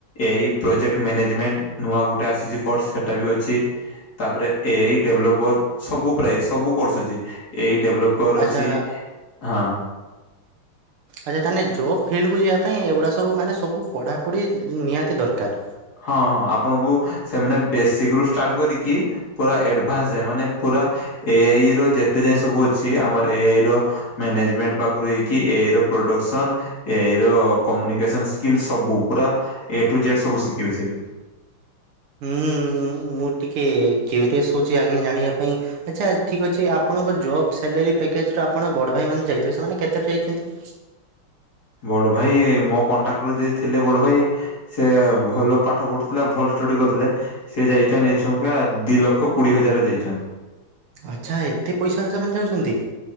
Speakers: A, on the left; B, on the right.
A: ଏ ଇ ପ୍ରୋଜେକ୍ଟ ମ୍ୟାନେଜମେଣ୍ଟ ନୂଆ ଗୋଟେ ଆସିଚି କୋର୍ସ ସେଟା ବି ଅଛି। ତାପରେ ଏ ଆଇ ଡେଭଲପର ସବୁ ପ୍ରାୟ ସବୁ କୋର୍ସ ଅଛି। ଏ ଇ ଡେଭଲପର
B: ଆଚ୍ଛା
A: ଅଛି। ହଁ,
B: ଆଚ୍ଛା ତାହେଲେ ଜବ୍ ଫିଲ୍ଡକୁ ଯିବା ପାଇଁ ଏଗୁଡ଼ା ସବୁ ମାନେ ସବୁ ପଢ଼ାପଢ଼ି ନିହାତି ଦରକାର।
A: ହଁ ହଁ ଆପଣଙ୍କୁ ସେମାନେ ବେଶକି ରୁ ଷ୍ଟାର୍ଟ କରିକି ପୁରା ଏଡଭାନ୍ସ ଯାଏ ମାନେ ପୁରା ଏ ଆଇ ର ଯେତେ ଯାଏଁ ସବୁ ଅଛି, ଆମର ଏ ଆଇ ର ମ୍ୟାନେଜମେଣ୍ଟ ପାଖରୁ ହେଇକି ଏ ଆଇ ର ପ୍ରଡକ୍ସନ ଏ ଆଇ ର କମୁନିକସନ ସ୍କିଲ ସବୁ ପୁରା ଏ ଟୁ ଜେଡ୍ ସବୁ ଶିଖିବେ ସେଠି।
B: ହୁଁ-ଉ-ଉ ମୁଁ ଟିକେ କିଉରିଅସ୍ ହଉଛି ଆଜ୍ଞା ଜାଣିବା ପାଇଁ ଆଚ୍ଛା ଠିକ୍ ଅଛି ଆପଣଙ୍କ ଜବ୍ ସାଲାରୀ ପ୍ୟାକେଜ ର ଆପଣ ବଡ ଭାଇ ମାନ ଯାଇଥିବେ ସେମାନେ କେତେଟ ଯାଇଛନ୍ତି?
A: ବଡ ଭାଇ ମୋ କଣ୍ଟାକ୍ଟର ଯିଏ ଥିଲେ ବଡ ଭାଇ ସେ ଭଲ ପାଠ ପଢ଼ୁଥିଲା, ଭଲ ଷ୍ଟଡ଼ି କରଥିଲେ। ସେ ଯାଇଛନ୍ ଏଇଛୁଙ୍କା ଦି ଲକ୍ଷ କୋଡିଏ ହଜାରରେ ଯାଇଛନ୍।
B: ଆଚ୍ଛା ଏତେ ପଇସାର ସେମାନେ ଯାଉଛନ୍ତି